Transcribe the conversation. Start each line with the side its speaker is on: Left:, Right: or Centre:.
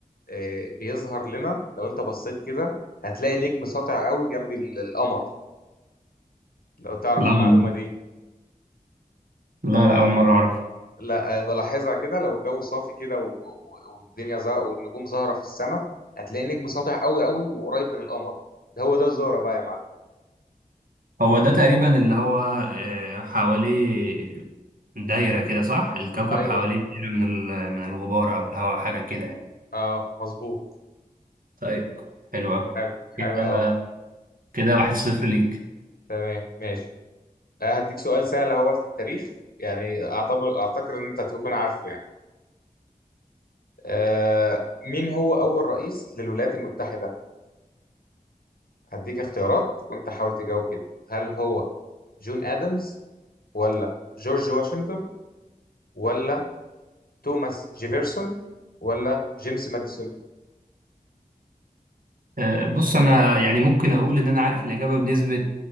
Left: آه، بيظهر لنا لو انت بصيت كده هتلاقي نجم ساطع قوي جنب ال- القمر لو تعرف
Right: لا
Left: المعلومه
Right: والله.
Left: دي
Right: لا لا اول مرة اعرف
Left: لا بلاحظها كده لو الجو صافي كده و- و- والدنيا زه... والنجوم ظاهرة في السماء هتلاقي نجم ساطع قوي قوي وقريب من القمر ده هو ده الزهرة بقى يا معلم
Right: هو ده تقريبا اللي هو آه حواليه دايرة كده صح الكوكب
Left: ايوه
Right: حواليه دايرة من ال- من الغبار او الهواء حاجة كده يعني
Left: اه مظبوط
Right: طيب حلو قوي
Left: حلو حلو
Right: كده
Left: قوي
Right: كده واحد صفر ليك
Left: تمام ماشي آه، هديك سؤال سهل اهوت في التاريخ يعني اعتبر اعتقد ان انت هتكون عارفه يعني آه مين هو اول رئيس للولايات المتحدة هديك اختيارات وانت حاول تجاوب كده هل هو جون ادمز ولا جورج واشنطن ولا توماس جيفرسون ولا جيمس ماديسون
Right: آه، بص انا يعني ممكن اقول ان انا عارف الاجابه بنسبه